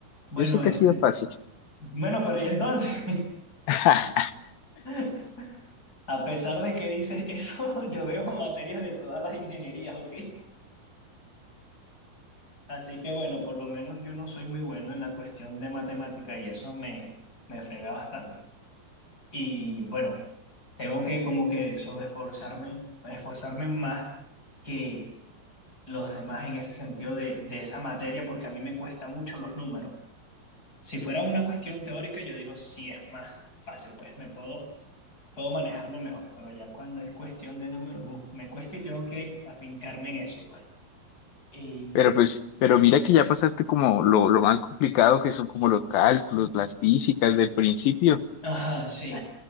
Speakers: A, on the left; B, on the left.
A: Bueno,
B: Yo sé que
A: este.
B: ha sido fácil,
A: Bueno, pero y entonces,
B: <laughs>
A: <laughs> a pesar de que dices eso, <laughs> yo veo baterías de todas las ingenierías, ¿ok? Así que bueno, por lo menos yo no soy muy bueno en la cuestión de matemática y eso me, me frega bastante. Y bueno, tengo que como que sobreesforzarme, esforzarme más que los demás en ese sentido de, de esa materia porque a mí me cuesta mucho los números. Si fuera una cuestión teórica, yo digo, sí, es más fácil, pues me puedo, puedo manejarlo mejor, pero ya cuando es cuestión de números, uf, me cuesta y tengo que afincarme en eso, pues. Y...
B: Pero pues, pero mira que ya pasaste como lo, lo más complicado que son como los cálculos, las físicas del principio.
A: Ajá, sí.